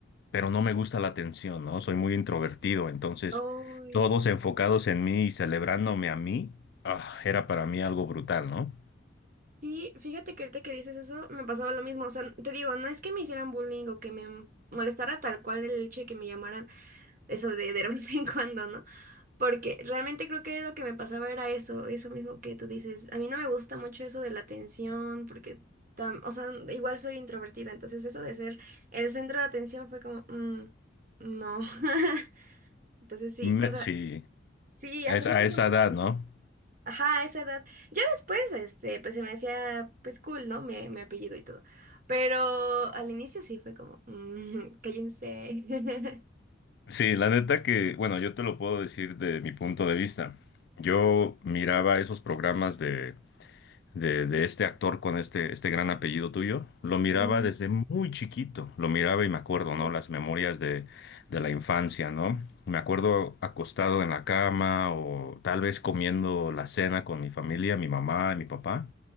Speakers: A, on the left; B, on the right.
A: pero no me gusta la atención, ¿no? Soy muy introvertido, entonces
B: ay,
A: todos
B: sí.
A: enfocados en mí y celebrándome a mí, ah, era para mí algo brutal, ¿no?
B: Sí, fíjate que ahorita que dices eso, me pasaba lo mismo. O sea, te digo, no es que me hicieran bullying o que me molestara tal cual el hecho de que me llamaran eso de, de vez en cuando, ¿no? Porque realmente creo que lo que me pasaba era eso, eso mismo que tú dices. A mí no me gusta mucho eso de la atención, porque, tam- o sea, igual soy introvertida, entonces eso de ser el centro de atención fue como, "Mm, no. <laughs> Entonces sí,
A: Me-
B: o sea,
A: sí,
B: sí, hasta
A: a esa,
B: cierto
A: a esa
B: punto.
A: edad,
B: sí.
A: ¿no?
B: Ajá, a esa edad. Ya después, este, pues se me hacía, pues cool, ¿no? Me, me apellido y todo. Pero al inicio sí fue como, "Mm, cállense. <laughs>
A: Sí, la neta que, bueno, yo te lo puedo decir de mi punto de vista. Yo miraba esos programas de de, de este actor con este, este gran apellido tuyo, lo miraba
B: Ujú,
A: desde muy chiquito, lo miraba y me acuerdo,
B: Sí.
A: ¿no? Las memorias de, de la infancia, ¿no? Me acuerdo acostado en la cama o tal vez comiendo la cena con mi familia, mi mamá y mi papá,